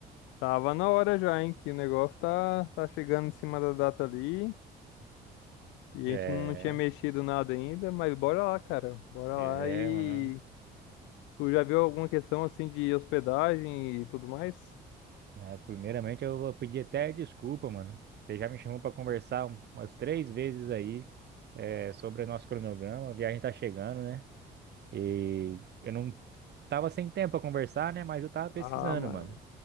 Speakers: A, on the left; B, on the right.
A: Tava na hora já, hein? Que o negócio tá, tá chegando em cima da data ali. E
B: É,
A: a gente não tinha mexido nada ainda, mas bora lá, cara. Bora
B: é,
A: lá e.
B: mano.
A: Tu já viu alguma questão assim de hospedagem e tudo mais?
B: né? Primeiramente, eu vou pedir até desculpa, mano. Você já me chamou para conversar um- umas três vezes aí, é, sobre o nosso cronograma. A viagem tá chegando, né? E eu não tava sem tempo para conversar, né? Mas eu tava
A: Ah,
B: pesquisando,
A: mano.
B: mano.